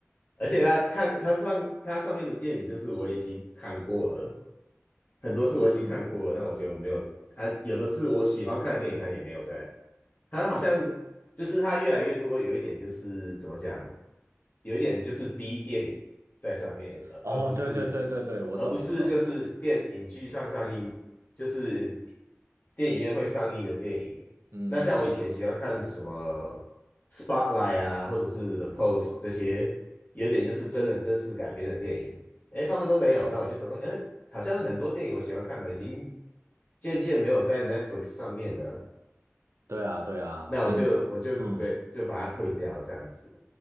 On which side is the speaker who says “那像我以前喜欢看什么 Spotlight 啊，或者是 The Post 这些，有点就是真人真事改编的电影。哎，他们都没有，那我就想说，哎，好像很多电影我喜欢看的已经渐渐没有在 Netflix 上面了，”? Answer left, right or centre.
Left